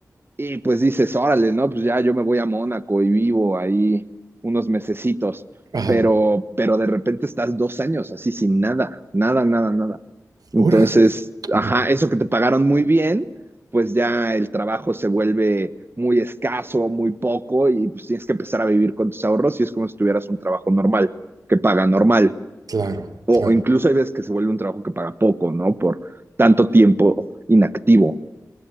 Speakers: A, on the right; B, on the right.
A: y pues dices, órale, ¿no? Pues ya yo me voy a Mónaco y vivo ahí unos mesecitos,
B: Ajá.
A: pero, pero de repente estás dos años así sin nada, nada, nada, nada. Entonces,
B: Ahora. Ujú.
A: ajá, eso que te pagaron muy bien, pues ya el trabajo se vuelve muy escaso, muy poco, y pues tienes que empezar a vivir con tus ahorros y es como si tuvieras un trabajo normal, que paga normal.
B: Claro,
A: O,
B: claro.
A: o incluso hay veces que se vuelve un trabajo que paga poco, ¿no? Por tanto tiempo inactivo.